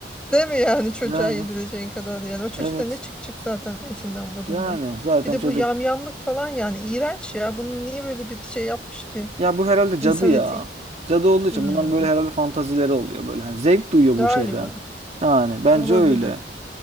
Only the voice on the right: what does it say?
Yani
evet.
Yani zaten
çocuk
Ya bu herhalde
cadı ya.
Cadı olduğu
için bunların böyle herhalde fantazileri oluyor böyle. Hani zevk duyuyor
bu şeyden. Yani bence
öyle.